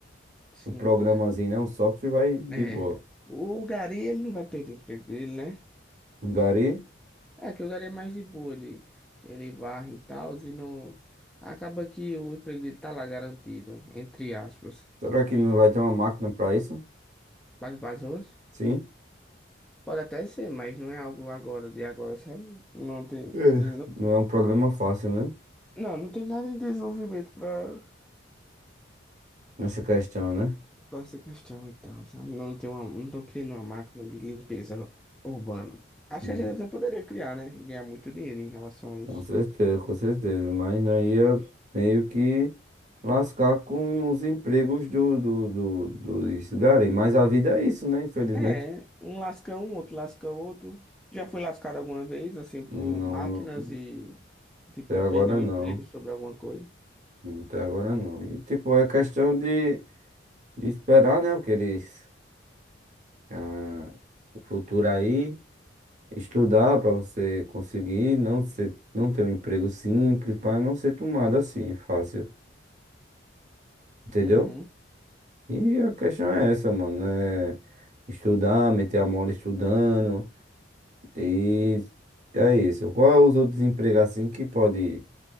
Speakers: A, in the centre; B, on the right.
A: Sim.
B: Um programazinho, né? Um software vai de
A: É,
B: boa.
A: o Gari, ele não vai perder o emprego dele, né?
B: Um gari?
A: É, que o Gari é mais de boa, ele, ele varre e tal, e não... Acaba que o emprego dele tá lá garantido, entre aspas.
B: Será que não vai ter uma máquina para isso?
A: Para limpar as ruas?
B: Sim.
A: Pode até ser, mas não é algo agora, de agora, sabe? Não tem,
B: É.
A: nem- não tem,
B: Não é um programa fácil, né?
A: não, não tem nada em desenvolvimento pra,
B: Nessa questão, né?
A: pra essa questão e tal, sabe? Não tem uma, não estão criando uma máquina de limpeza urbana. Acho
B: Hum.
A: que a gente até poderia criar, né? E ganhar muito dinheiro em relação a isso.
B: Com certeza, com certeza. Mas não ia meio que lascar com os empregos do, do, do, dos garim. Mas a vida é isso, né? Infelizmente.
A: É, um lasca um, outro lasca outro. Já fui lascado alguma vez, assim, por
B: Não,
A: máquinas
B: não.
A: e, tipo,
B: Até agora
A: perdeu o
B: não.
A: emprego sobre alguma coisa.
B: Até agora não. E tipo, é questão de, de esperar, né? O que eles. ah, o futuro aí. estudar para você conseguir não ser, não ter um emprego simples, para não ser tomado assim fácil, entendeu?
A: Uhum.
B: E a questão é essa, mano, é estudar, meter a mola estudando e é isso. Qual é os outros empregos assim que pode